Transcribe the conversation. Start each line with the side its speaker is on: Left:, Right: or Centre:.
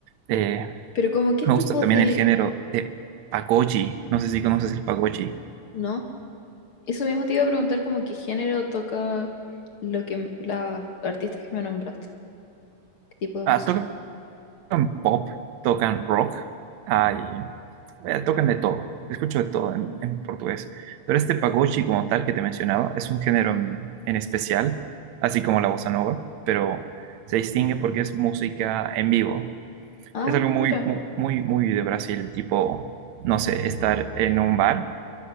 Right: Eh,
Left: Pero como qué
Right: me
Left: tipo
Right: gusta también
Left: de...
Right: el género de pagode, no sé si conoces el pagode.
Left: ¿No? Eso mismo te iba a preguntar como qué género toca lo que m- las artistas que me nombraste. ¿Qué tipo de
Right: Ah,
Left: música?
Right: ¿tú tocan pop, tocan rock, hay, eh, tocan de todo. Escucho de todo en, en portugués. Pero este pagode como tal que te mencionaba es un género en, en especial, así como la bossa nova, pero se distingue porque es música en vivo.
Left: Ah,
Right: Es algo
Left: mira,
Right: muy, mu- muy, muy de Brasil, tipo, no sé, estar en un bar